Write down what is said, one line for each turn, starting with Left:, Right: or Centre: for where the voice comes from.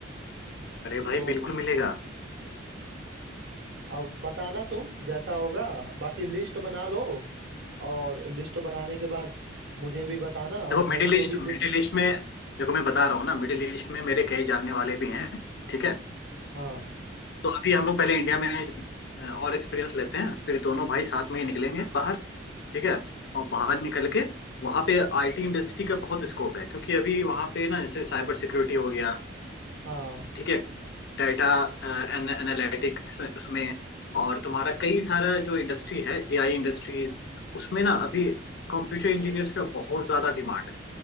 Left: अरे भाई
Right: तो
Left: बिल्कुल मिलेगा
Right: अब बताना तुम जैसा होगा बाकी लिस्ट बना लो और लिस्ट बनाने के बाद मुझे भी बताना और
Left: देखो
Right: मैं
Left: मिडिल
Right: भी जो
Left: ईस्ट
Right: भी लिस्ट
Left: मिडिल ईस्ट में देखो मैं बता रहा हूँ ना मिडिल ईस्ट में मेरे कई जानने वाले भी हैं ठीक है
Right: हाँ
Left: तो अभी हम लोग पहले इंडिया में अ, और एक्सपीरियंस लेते हैं फिर दोनों भाई साथ में ही निकलेंगे बाहर ठीक है और बाहर निकल के वहाँ पे आईटी इंडस्ट्री का बहुत स्कोप है क्योंकि अभी वहाँ पे ना जैसे साइबर सिक्योरिटी हो गया
Right: हाँ
Left: ठीक है डाटा एनालिटिक्स उसमें और तुम्हारा कई सारा जो इंडस्ट्री है एआई इंडस्ट्रीज उसमें ना अभी कंप्यूटर इंजीनियर्स का बहुत ज्यादा डिमांड है